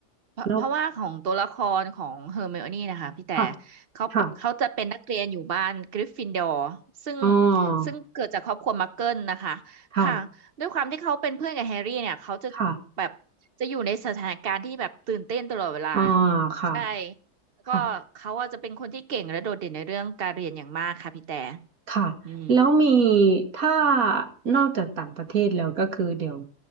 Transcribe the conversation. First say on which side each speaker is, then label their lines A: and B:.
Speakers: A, on the right (about 45°); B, on the right (about 60°).
A: เพราะเพราะว่าของตัวละครของเฮอร์ไมโอนี่นะคะพี่แต่
B: แล้ว ค่ะ
A: เขาเป็นเขาจะเป็นนักเรียนอยู่บ้านกริฟฟินดอร์ซึ่ง
B: ค่ะอ๋อ
A: ซึ่งเกิดจากครอบครัวมักเกิลนะคะค่ะด้วยความที่เขาเป็นเพื่อนกับแฮร์รี่เนี่ยเขาจะ
B: ค่ะค่ะ
A: แบบจะอยู่ในสถานการณ์ที่แบบตื่นเต้นตลอดเวลา
B: อ่าค่ะ
A: ใช่แล้วก็เขาอาจจะเป็นคนที่เก่งและโดดเด่นในเรื่องการเรียนอย่างมากค่ะพี่แต่
B: ค่ะค่ะแล้วมี
A: อืม
B: ถ้านอกจากต่างประเทศแล้วก็คือเดี๋ยว